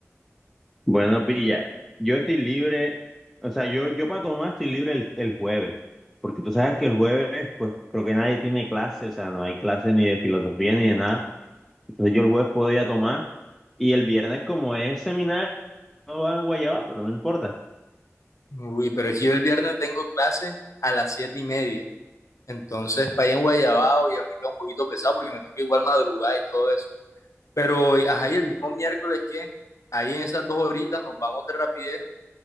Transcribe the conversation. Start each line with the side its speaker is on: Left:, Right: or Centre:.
Centre: Bueno, pilla, yo estoy libre, o sea, yo, yo para tomar estoy libre el, el jueves, porque tú sabes que el jueves, pues creo que nadie tiene clase, o sea, no hay clase ni de filosofía ni de nada. Entonces yo el jueves podía tomar y el viernes como es seminario, no va en guayaba, pero no importa.
Left: Uy, pero es que yo el viernes tengo clase a las siete y media. Entonces, para allá en Guayabao ya me queda un poquito pesado porque me toca igual madrugar y todo eso. Pero, ajá, y el mismo miércoles que ahí en esas dos horitas nos vamos de rapidez,